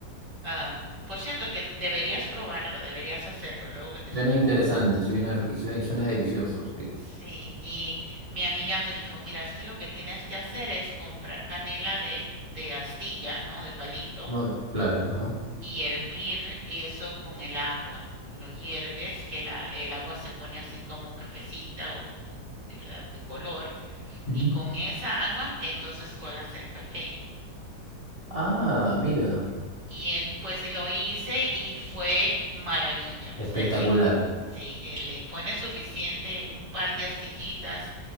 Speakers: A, on the right; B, on the right.
A: am, por cierto que deberías probarlo, deberías hacerlo, luego que te
B: Suena
A: explique.
B: interesante, suena, y suena, y suena delicioso, sí.
A: Sí, y mi amiga me dijo, mira, es que lo que tienes que hacer es comprar canela de, de astilla, ¿no? De palito,
B: No, claro, ajá.
A: y hervir eso con el agua. Lo hierves, que la, el agua se pone así como cafecita o, o de verdad de color
B: Ujú.
A: y con esa agua entonces colas el café.
B: Ah, mira,
A: Y en- pues lo hice y fue maravilla,
B: espectacular.
A: o sea, es increíble Sí, eh, le pones suficiente un par de astillitas